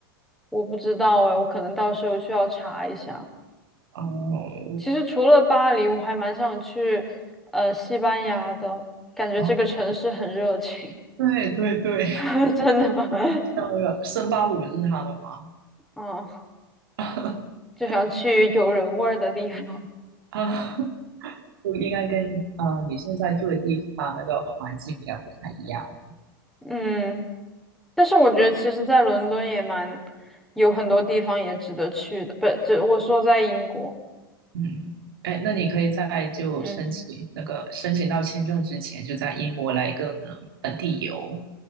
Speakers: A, in the centre; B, on the right (about 75°).
A: 我不知道哎，我可能到时候需要查一下。
B: 哦，
A: 其实除了巴黎，我还蛮想去，呃，西班牙的，感觉这个城市很热情，
B: 哦，对对对，
A: <laughs> 真的，
B: <laughs> 像那个圣巴五日他的吗？
A: <laughs> 嗯，
B: <laughs>
A: 就想去有人味儿的地方。
B: 啊，就应该跟啊你现在住的地方那个环境应该不太一样。
A: 嗯，但是我觉得其实，在伦敦也蛮有很多地方也值得去的，不，这我说在英国，
B: 嗯，哎，那你可以在就申请那个申请到签证之前，
A: 嗯。
B: 就在英国来一个可能本地游